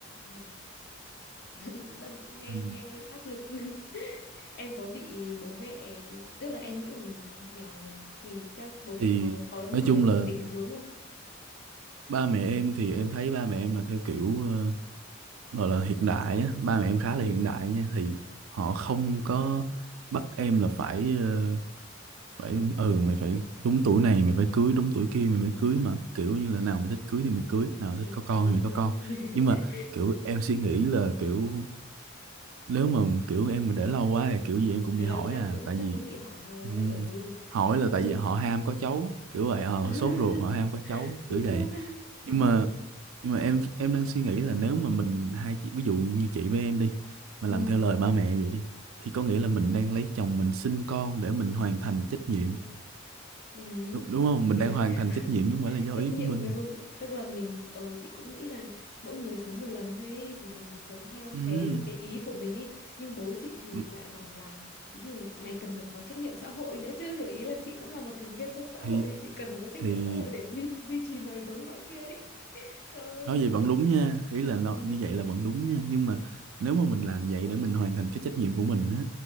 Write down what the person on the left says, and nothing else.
ôi, <laughs> bắt đầu nghe
nghe áp lực Em có bị bố mẹ tức là em vẫn còn nhỏ nhờ thì chắc bố mẹ
có có nói
kiểu định hướng không?
Ừ
thì
ờ
ha.
<laughs>
Đến
lâu chắc
cũng
chắc
cũng bị hỏi thôi.
Ừ,
sốt
ruột.
<laughs>
Sốt
ruột.
Ừ.
Ừ.
Ừ. Ừ,
kiểu
<laughs>
trách
nhiệm
với bố mẹ tức là mình ờ chị cũng nghĩ là mỗi người sống một lần thôi ấy, thì mình phải sống theo
cái cái ý của mình ấy nhưng bố chị thì
lại bảo là ý là mày cần phải có trách nhiệm xã hội nữa chứ kiểu ý là chị cũng là một thành viên trong xã hội
thì chị cần phải có trách
nhiệm xã hội để <laughs> duy, duy trì nòi giống nọ kia ấy <laughs> trời ơi
ừ.